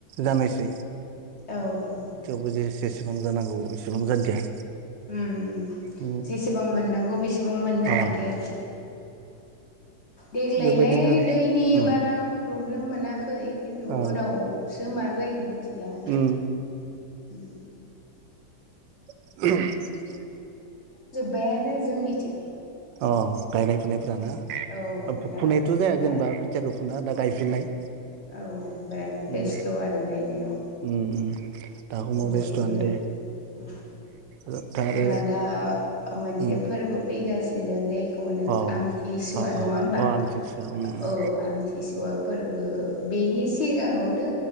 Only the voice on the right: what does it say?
जानायसै
थेवबो जे जेसेबां जानांगौ एसेबां जादिया
उम
अ
बेबायदिनो
उम
अ
उम
<inaudible>
अ गायनाय फुनाय फुराना
फुथ'नायथ' जाया
जेनेबा खोथियाखौ फुना दा गायफिननाय
उम
उम उम दा समाव
बेस्थ'आनो दे
दा आरो
उम
अ
अ
अ
अ आमथिसुवा उम उम